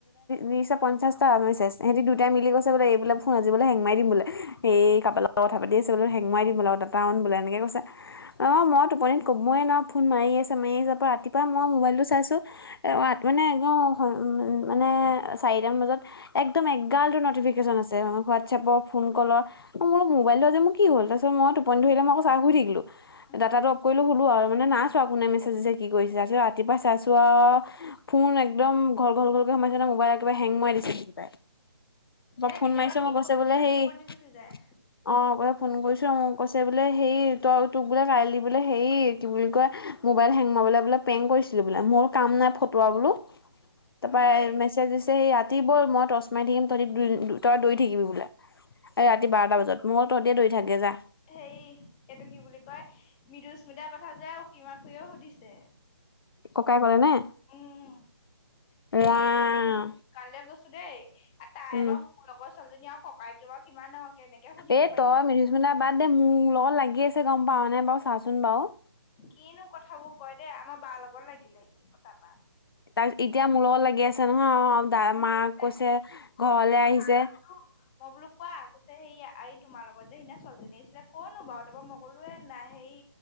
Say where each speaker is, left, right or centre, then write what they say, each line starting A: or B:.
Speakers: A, on the left; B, on the left.
A: দিছে, পঞ্চাশটা পঞ্চাছটা মেছেজ। এহঁতি দুটাই মিলি কৈছে বোলে, এইবোলে ফোন আজিবোলে, হেং মাৰি দিম, বোলে, সেই কাৰবা লগত কথা পাতি আছে বোলে। হেং মৰাই দিম বোলে, ডাটা অন বোলে, এনেকে কৈছে।
B: উম
A: অ'! মই টোপনিত ক'বই নোৱাৰোঁ। ফোন মাৰি আছে, মাৰি আছে, পৰা ৰাতিপুৱা মই, মোবাইলটো চাইছোঁ। <unintelligible> মানে, <unintelligible> মানে, চাৰিটামান বজাত একদম, এগাল নটিফিকেশ্চন আছে, হোৱাটছএপৰ, ফোন ক'লৰ। <unintelligible> মোবাইলটো আজি মোৰ কি হ'ল? তাৰপিছত, মই টোপনি ধৰিলে, মই কৈছোঁ থাকিলোঁ।
B: উম
A: ডাটাটো অফ কৰিলোঁ আৰু শুলোঁ আৰু। মানে, <unintelligible> চোৱা কোনে মেছেজ দিছে, কি কৰিছে! আজি ৰাতিপুৱা চাইছোঁ আও। ফোন একদম, ঘল-ঘল ঘলকে, সোমাইছে নহয়, মোবাইল একেবাৰে হেং মৰাই দিছে, একেবাৰে। মই
B: এ
A: ফোন
B: কেতিয়াবা
A: মাৰিছোঁ।
B: তোৰ
A: অ'! কৈছে
B: পটককে
A: বোলে, সেই
B: <unintelligible> যায়।
A: অ'! ক'লে, ফোন কৰিছোঁ। মোক কৈছে বোলে, সেই তই, তোক বোলে কাইলৈ, বোলে সেই, কি বুলি কয়! মোবাইল হেং মৰাবলৈ বোলে, প্ৰেংক কৰিছিলোঁ, বোলে। মই বোলোঁ, কাম নাই, ফটোৱা বোলোঁ! তাৰপৰা,
B: অ
A: এ,
B: এই
A: মেছেজ দিছে, সেই ৰাতি ব'ল, মই টৰ্চ মাৰি থাকিম। তহঁতি <unintelligible> দৌৰি থাকিবি বোলে। এ ৰাতি বাৰটা বজাত। মই বোলো তহঁতিয়ে দৌৰি থাকগে যা
B: হেই এটো কি বুলি কয়? মৃদুস্মিতাৰ কথা যে অসীমা খুইও সুধিছে।
A: ককাই ক'লেনে?
B: উম, হেই
A: ৰাম
B: কাইলে গৈছো দেই এ তাই
A: উম
B: বাৰু মোৰ লগৰ ছোৱালীজনী আৰু ককায়েকটো বাৰু কিমান ডাঙৰ কেনেকে সুধিব
A: এ
B: পাৰিছে
A: তই মৃদুস্মতা বাদ দে মোৰ লগত লাগি আছে গম পাৱ নাই বাউ চাচোন বাউ।
B: কিনো কথাবোৰ কয় দে আমাৰ বাৰ লগত লাগিলে সি কতা
A: তাৰ এতিয়া মু লগত লাগি আছে নহ দা
B: আৰু মোক
A: মাক কৈছে
B: ৰচোন
A: ঘৰলে
B: কথা
A: আহিছে।
B: এটা সুধো মই বোলো কোৱা কৈছে সৈয়া আই তোমাৰ লগত যে সিদিনা ছোৱালীজনী আছিলে ক'নো বাৰু তাপা মই কলো এ নাই হেই ই